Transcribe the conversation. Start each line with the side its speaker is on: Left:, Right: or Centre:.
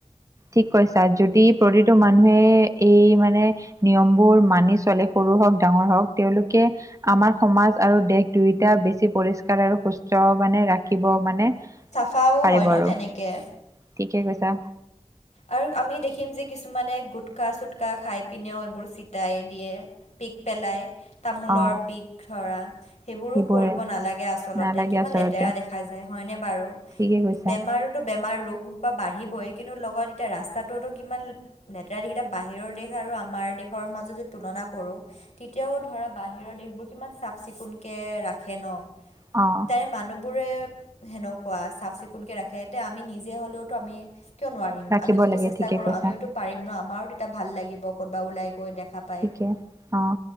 Right: ঠিক কৈছা যদি প্ৰতিটো মানুহে এই মানে নিয়ম বোৰ মানি চলে সৰু হওক, ডাঙৰ হওক তেওঁলোকে আমাৰ সমাজ আৰু দেশ দুয়োটা বেছি পৰিষ্কাৰ আৰু সুস্থ মানে ৰাখিব মানে
Left: পাও
Right: পাৰিব
Left: হয় ন
Right: আৰু
Left: তেনেকে।
Right: ঠিকে কৈছা।
Left: আৰু আমি দেখিম যে কিছুমানে গোটকা-চুটকা খাই পিনেও এইবোৰ ছিটাই দিয়ে। পিক পেলাই তামোলৰ
Right: অ
Left: পিক ধৰা। সেইবোৰো
Right: সেইবোৰে
Left: কৰিব নালাগে আচলতে
Right: নালাগে
Left: কিমান
Right: আচলতে
Left: লেতেৰা দেখা যায় হয়নে বাৰু।
Right: ঠিকে কৈছা
Left: বেমাৰ টো বেমাৰ ৰোগ বা বাঢ়িবই কিন্তু লগত এতিয়া ৰাস্তাটোতো কিমান- লেতেৰাকেইটা বাহিৰৰ দেশ আৰু আমাৰ দেশৰ মাজত যদি তুলনা কৰোঁ। তেতিয়াও ধৰা বাহিৰৰ দেশবোৰ কিমান চাফ-চিকুণকে ৰাখে ন।
Right: অ',
Left: তেনে মানুহবোৰে সেনেকুৱা চাফ-চিকুণকে ৰাখে এতিয়া আমি নিজে হলেওতো আমি কিয় নোৱাৰিম।
Right: ৰাখিব
Left: আমি যদি
Right: লাগে
Left: চেষ্টা
Right: ঠিকে
Left: কৰোঁ
Right: কৈছা
Left: আমিওতো পাৰিম ন আমাৰো তেতিয়া ভাল লাগিব ক'তবা ওলাই গৈ দেখা পায়
Right: ঠিকে অ'